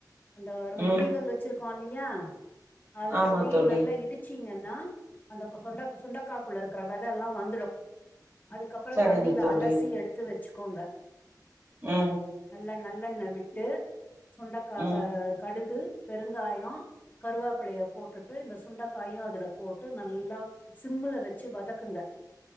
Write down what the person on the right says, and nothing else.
ம்
ஆமா
தோழி
சரிங்க
தோழி
ம்
ம்